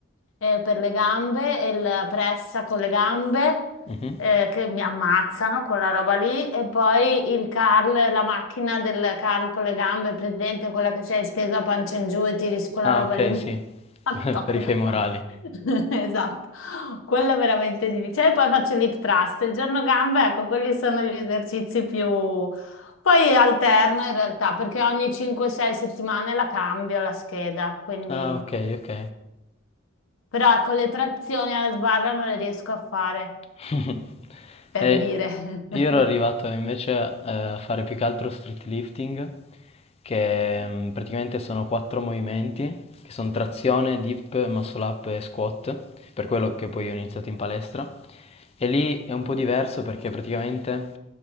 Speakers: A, on the left (about 80°); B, on the left (about 30°).
A: eh, per le gambe e la pressa con le gambe
B: mhm.
A: eh, che mi ammazzano quella roba lì e poi il curl, la macchina del curl con le gambe, presente quella che sei stesa a pancia in giù e tiri su quella
B: Ah,
A: roba
B: ok,
A: lì. <laughs>
B: sì,
A: Madonna
B: <laughs> per i femorali.
A: santa. <laughs> Esatto, quello è veramente difficile. E poi faccio l'hip thrust, il giorno gambe, ecco, quelli sono gli esercizi più, poi alterno in realtà perché ogni 5-6 settimane la cambio la scheda, quindi...
B: Ah, ok, ok.
A: Però ecco, le trazioni alla sbarra non le riesco a fare,
B: <laughs>
A: per
B: E
A: dire. <laughs>
B: io ero arrivato invece eh, a fare più che altro street lifting, che mm, praticamente sono quattro movimenti, che sono trazione, dip, muscle up e squat, per quello che poi ho iniziato in palestra. E lì è un po' diverso perché praticamente